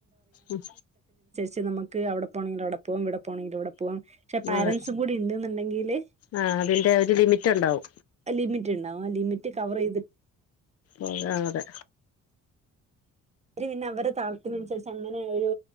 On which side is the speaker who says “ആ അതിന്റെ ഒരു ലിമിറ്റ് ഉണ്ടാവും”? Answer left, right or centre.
Left